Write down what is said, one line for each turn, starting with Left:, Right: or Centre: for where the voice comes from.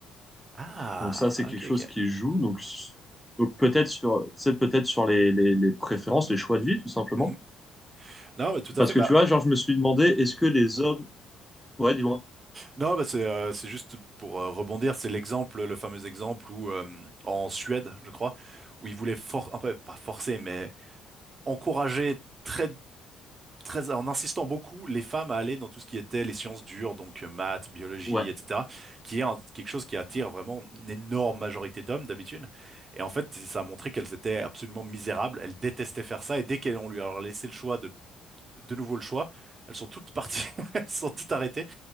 Right: Ah,
Centre: Donc ça, c'est quelque
Right: ok,
Centre: chose
Right: ok.
Centre: qui joue. Donc, s- donc peut-être sur, c'est peut-être sur les, les, les préférences, les choix de vie, tout simplement.
Right: Mhm. Non, mais tout à
Centre: Parce
Right: fait. Bah,
Centre: que tu vois, genre, je me suis demandé, est-ce que les hommes... Ouais, dis-moi.
Right: non, bah c'est euh, c'est juste pour euh, rebondir, c'est l'exemple, le fameux exemple où euh, en Suède, je crois, où ils voulaient for un peu pas forcer, mais encourager très très, en insistant beaucoup les femmes à aller dans tout ce qui était les sciences dures, donc euh, maths, biologie,
Centre: Ouais.
Right: etc., qui est un- quelque chose qui attire vraiment une énorme majorité d'hommes d'habitude. Et en fait, ça a montré qu'elles étaient absolument misérables, elles détestaient faire ça, et dès qu'on lui a laissé le choix de, de nouveau le choix, elles sont toutes parties, <laughs> elles sont toutes arrêtées,